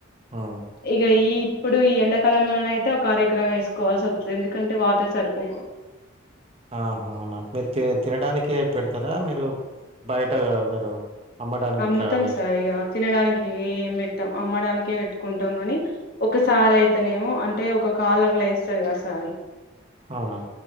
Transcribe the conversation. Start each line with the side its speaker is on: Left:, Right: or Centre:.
Right: ఆ
Left: ఇగా ఈ ఇప్పుడు ఈ ఎండాకాలంలోన అయితే ఒక అరెకురం వేసుకోవాల్సి వస్తుంది ఎందుకంటే వాటర్ సరిపో
Right: ఆహ అవునా మీరు తిను తినడానికే పెడతారా మీరు బయట మీరు అమ్మడానికి
Left: అమ్ముతాం
Right: ఇట్లా వేస్త
Left: సార్ ఇగ తినడానికి ఏం పెట్టాం అమ్మడానికే పెట్టుకుంటాం గని ఒకసారి అయితేనేమో అంటే ఒక కాలంలో వేస్తరు కదా సార్
Right: అవునా